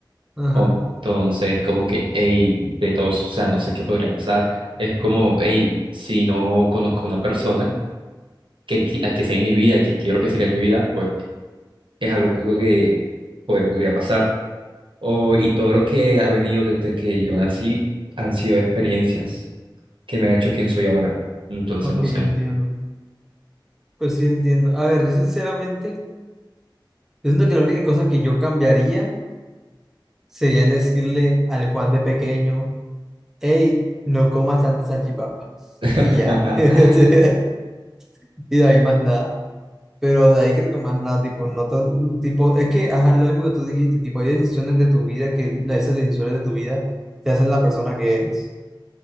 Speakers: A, in the centre; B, on the right.
A: Ajá,
B: O- Entonces, como que, hey, de todos, o sea, no sé qué podría pasar. Es como, hey, si no conozco a una persona que, qui- al que sea mi vida, que quiero que sea mi vida, pues es algo que, creo que pues, podría pasar. O, y todo lo que ha venido desde que yo nací han sido experiencias que me ha hecho quien soy ahora. Entonces,
A: ok,
B: no sé.
A: entiendo. Pues sí, entiendo. A ver, yo sinceramente, yo siento que la única cosa que yo cambiaría sería el decirle al Juan de pequeño, hey, no comas tanta salchipapa.
B: <laughs>
A: Y ya. <laughs> Y de ahí más nada. Pero de ahí creo que más nada, tipo, no tan- tipo, es que, ajá, lo mismo que tú dijiste, tipo, hay decisiones de tu vida que la- esas decisiones de tu vida te hacen la persona que eres.